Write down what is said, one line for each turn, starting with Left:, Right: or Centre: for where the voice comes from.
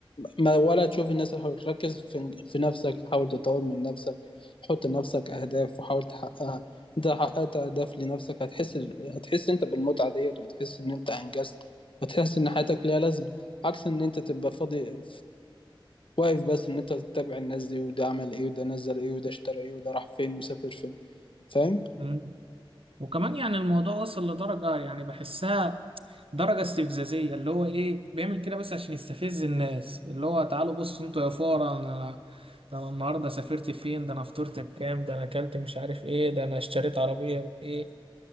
Left: ما ولا تشوف الناس اللي حواليك ركز في, في نفسك حاول تطور من نفسك حط لنفسك اهداف وحاول تحققها انت لو حققت اهداف لنفسك هتحس هتحس انت بالمتعه ديت وهتحس ان انت انجزت وتحس ان حياتك ليها لازمه عكس ان انت تبقى فاضي واقف بس ان انت تتابع الناس دي وده عمل ايه وده نزل ايه وده اشترى ايه وده راح فين وسافر فين فاهم
Right: مم. وكمان يعني الموضوع وصل لدرجة يعني بحسها درجة استفزازية اللي هو ايه بيعمل كده بس عشان يستفز الناس اللي هو تعالوا بصوا انتوا يا فقرا انا ده انا النهاردة سافرت فين ده انا فطرت بكام ده انا اكلت مش عارف ايه ده انا اشتريت عربية ايه